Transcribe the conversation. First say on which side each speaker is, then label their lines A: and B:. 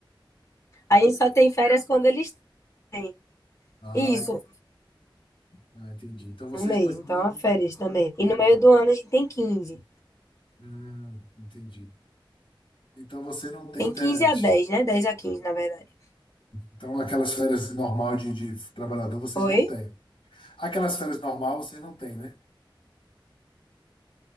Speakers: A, on the left; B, on the left.
A: A gente só tem férias quando eles têm.
B: Ah,
A: Isso,
B: ah, entendi. Então vocês
A: um mês,
B: não,
A: então
B: não...
A: há férias também. E no meio
B: Hum,
A: do ano a gente tem 15.
B: hum, entendi. Então você não tem
A: Tem
B: internet.
A: 15 a 10, né? 10 a 15, na verdade.
B: Então aquelas férias normal de, de trabalhador vocês
A: Oi?
B: não têm. Aquelas férias normal vocês não têm, né?